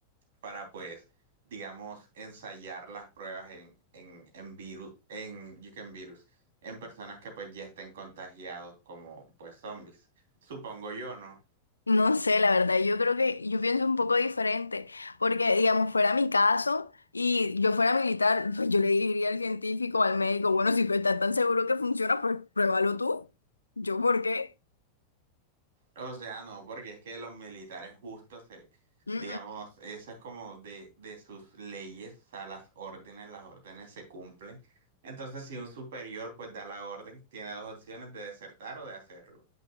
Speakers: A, on the right (about 55°); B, on the left (about 80°).
A: para pues, digamos, ensayar las pruebas en, en, en virus, en you can virus, en personas que pues ya estén contagiados como pues zombies. Supongo yo, ¿no?
B: No sé, la verdad, yo creo que yo pienso un poco diferente, porque digamos, fuera mi caso y yo fuera militar, pues yo le diría al científico, al médico, bueno, si tú estás tan seguro que funciona, pues pruébalo tú. Yo, ¿por qué?
A: O sea, no, porque es que los militares justo se,
B: Mm,
A: digamos, eso es como de, de sus leyes, o sea, las órdenes, las órdenes se cumplen. Entonces, si un superior pues da la orden, tiene dos opciones de desertar o de hacerlo.